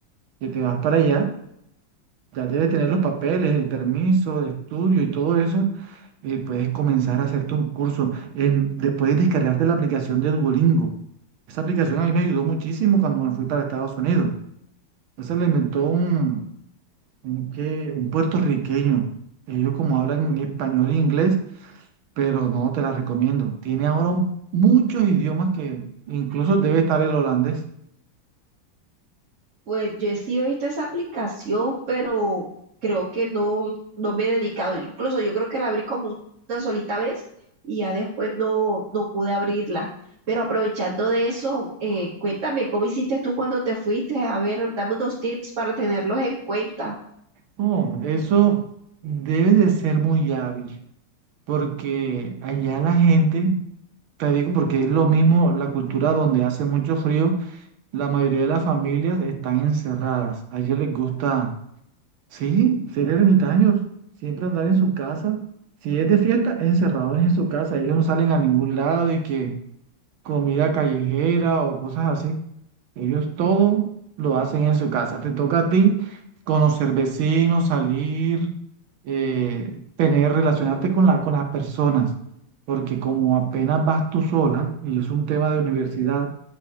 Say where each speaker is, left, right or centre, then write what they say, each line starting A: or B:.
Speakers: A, on the right (about 80°); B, on the right (about 45°).
A: que te vas para allá. ya debes tener los papeles, el permiso de estudio y todo eso, eh, puedes comenzar a hacerte un curso. En- después de descargarte la aplicación de Duolingo. Esa aplicación a mí me ayudó muchísimo cuando me fui para Estados Unidos. Esa la inventó un, un, que- un puertorriqueño. Ellos como hablan en español e inglés, pero no te la recomiendo. Tiene ahora un- muchos idiomas que incluso debe estar el holandés.
B: Pues yo he sido visto esa aplicación, pero creo que no, no me he dedicado. Incluso yo creo que la abrí como una solita vez y ya después no, no pude abrirla. Pero aprovechando de eso, eh, cuéntame, ¿cómo hiciste tú cuando te fuiste? A ver, dame unos tips para tenerlos en cuenta.
A: No, eso debe de ser muy hábil. porque allá la gente, te digo, porque es lo mismo la cultura donde hace mucho frío, la mayoría de las familias están encerradas. A ellos les gusta, sí, ser ermitaños, siempre andar en su casa. Si es de fiesta, encerrados en su casa. Ellos no salen a ningún lado y que comida callejera o cosas así. Ellos todo lo hacen en su casa. Te toca a ti conocer vecinos, salir, eh, tener, relacionarte con la, con las personas, porque como apenas vas tú sola, y es un tema de universidad,